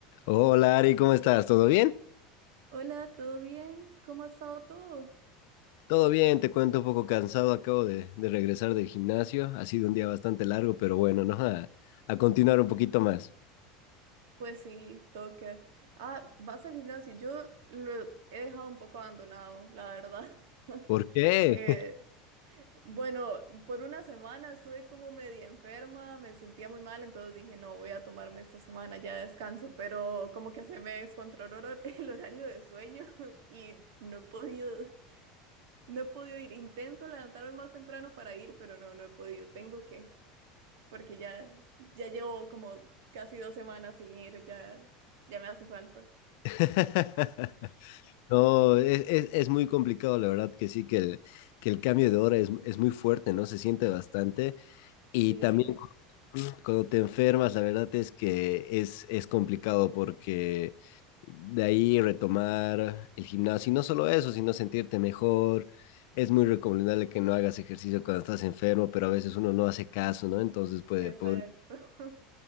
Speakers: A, on the left (about 65°); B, on the right (about 70°).
A: Hola Ari, ¿cómo estás? ¿Todo bien?
B: Hola, ¿todo bien? ¿Cómo ha estado todo?
A: Todo bien, te cuento un poco cansado, acabo de, de regresar del gimnasio, ha sido un día bastante largo, pero bueno, ¿no? A, a continuar un poquito más.
B: Pues sí, toca. Ah, vas al gimnasio. Yo lo he dejado un poco abandonado, la verdad. <laughs>
A: ¿Por qué?
B: Eh, bueno, por una semana estuve como media enferma, me sentía muy mal, entonces dije, no, voy a tomarme esta semana ya de descanso, pero como que se me descontroló el hor- <laughs> el horario de sueño <laughs> y no he podido, no he podido ir. Intento levantarme más temprano para ir, pero no, no he podido. Tengo que. porque ya, ya llevo como casi dos semanas sin ir, ya, ya me hace falta.
A: <laughs> No, es, es- es muy complicado, la verdad que sí, que el, que el cambio de hora es, es muy fuerte, ¿no? Se siente bastante. Y
B: Sí,
A: también. cuando te enfermas, la verdad es que es, es complicado porque de ahí retomar el gimnasio, y no solo eso, sino sentirte mejor. Es muy recomendable que no hagas ejercicio cuando estás enfermo, pero a veces uno no hace caso, ¿no? Entonces puede,
B: exacto.
A: puede
B: <laughs>